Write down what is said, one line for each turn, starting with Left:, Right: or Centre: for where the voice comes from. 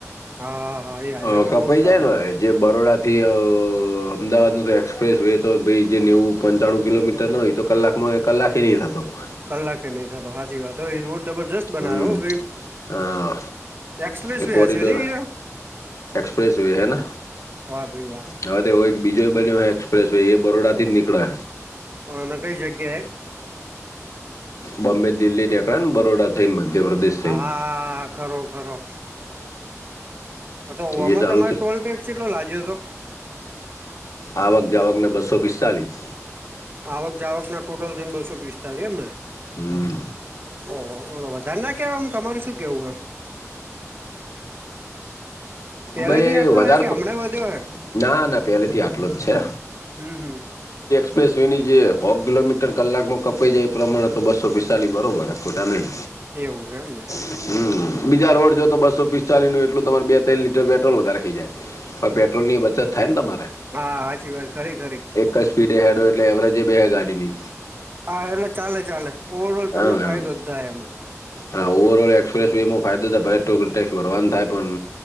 Right: હા હા હા એ હાઈવે
Left: અ,
Right: પણ
Left: કપાઈ
Right: બહુ સારો
Left: જાય ને
Right: હતો
Left: જે બરોડાથી અ અ અ અમદાવાદનું તો એક્સપ્રેસ વે તો બ્રિજ જે ન્યવું પંચાણું કિલોમીટર ન હોય તો કલાકમાં કલાકે નહીં થતો <unintelligible>
Right: કલાકે નહી થતો સાચી વાત એ રોડ જબરજસ્ત બનાયો
Left: હમ
Right: હો ભાઈ
Left: હા
Right: એક્સપ્રેસ
Left: એ
Right: વે
Left: કોરિડોર
Right: હ છે નને એ
Left: એક્સપ્રેસ વે હે ને
Right: વાહ ભાઈ વાહ.
Left: હવે એક બીજો બન્યો એક્સપ્રેસ વે એ બરોડાથી જ નીકળે.
Right: અ ના કઈ જગ્યાએ.
Left: બોમ્બે દિલ્હી ટેક અને બરોડા. થઈને મધ્યપ્રદેશ થઈને
Right: હા ખરો ખરો. અ તો હવામાં
Left: એ ચાલુ
Right: તમારે
Left: છે
Right: ટોલ ટેક્સ કેટલો લાગ્યો હતો.
Left: આવક જાવકને બસો પિસ્તાલીસ.
Right: આવક જાવક ના ટોટલ થઈને બસો પિસ્તાલી એમને
Left: હમ
Right: ઓહો. વધારે ના કેવાયમ તમાર શું કેવું હ. પેલેથી
Left: ભાઈ
Right: આટલો
Left: વધારે
Right: હે કે
Left: તો
Right: હમણાં વધ્યો હે
Left: ના ના પેલેથી આટલો જ છે.
Right: હમ હમ.
Left: પ્લસ એની જે હો કિલોમીટર કલાકમાં કપાઈ જાય એ પ્રમાણે તો બસો પિસ્તાળી બરાબર ખોટા નહીં.
Right: એવું છે એમને.
Left: હમ બીજા રોડ જો તો બસો પિસ્તાલીસ નું એટલું તમારે બે ત્રણ લીટર પેટ્રોલ વધારે ખઈ જાય હવે પેટ્રોલની બચત થાય છે ને તમારે.
Right: હા સાચી વાત ખરી ખરી.
Left: એક જ સ્ડ હેડો એટલે એવરેજે બે હ ગાડીની.
Right: હા એટલે ચાલે ચાલે ઓવર ઓલ
Left: હા
Right: તમને ફાયદો જ થાય એમાં.
Left: હા ઓવરઓલ એક્સપ્રેસ વેમાં ફાયદો થ ભલે ટુ વલ ટેક્સ ભરવાનું થાય પણ